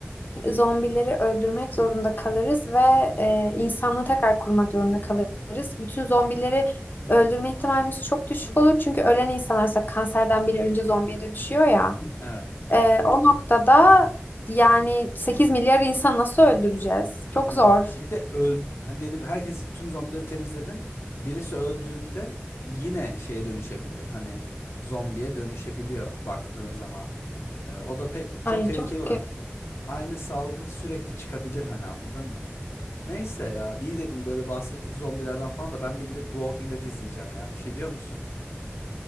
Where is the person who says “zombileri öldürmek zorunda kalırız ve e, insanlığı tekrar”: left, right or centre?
Left